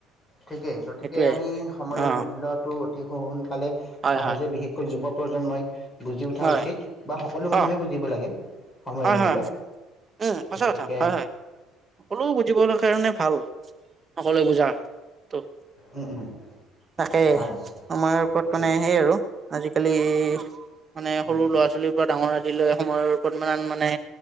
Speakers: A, on the left; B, on the right.
A: ঠিকেই, গতিকে
B: সেইটোৱে
A: আমি সময়ৰ
B: অ
A: মূল্যটো অতি সোনকালে
B: হয়
A: সহজে
B: হয়
A: বিশেষকৈ যুৱ প্ৰজন্মই বুজি উঠা
B: হয়
A: উচিত বা সকলো মানুহেই
B: অ
A: বুজ জিব লাগে সময়ৰ
B: হয়
A: মূল্য
B: হয় উম সঁচা
A: গতিকে
B: কথা হয় হয় সকলো বুজিবৰ কাৰণে ভাল সকলোৱে বুজা তো
A: উম উম
B: তাকে
A: হয়
B: সময়ৰ ওপৰত
A: ঠিকেই
B: মানে সেই আৰু আজিকালি মানে
A: উম
B: সৰু
A: উম।
B: ল'ৰা ছোৱালীৰ পৰা ডাঙৰ আদিলৈ সময়ৰ ওপৰত ইমান মানে